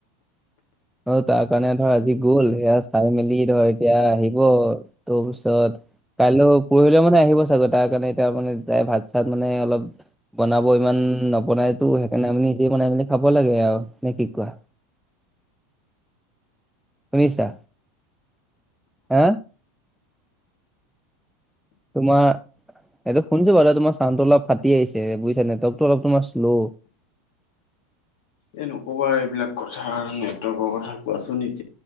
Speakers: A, in the centre; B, on the left.
A: অ' তাৰ কাৰণে ধৰ আজি গ'ল সেইয়া চাই মেলি ধৰ এতিয়া আহিব তোৰ পিছত কাইলৈ পৰহিলেও মানে আহিব চাগৈ। তাৰ কাৰণে এতিয়া দাই মানে ভাত চাত মানে অলপ বনাব ইমান নবনাইটো। সেইকাৰণে আমি নিজেই বনাই মেলি খাব লাগে আৰু নে কি কোৱা? শুনিছা? হা তোমাৰ এইটো শুনিছোঁ বাৰু তোমাৰ চাউনটো অলপ ফাটি আহিছে বুইছা নেটৱকৰ্টো অলপ তোমাৰ শ্ল
B: এই নকবা এইবিলাক কথা নেটৱৰ্কৰ কথা কোৱাচোন এতিয়া।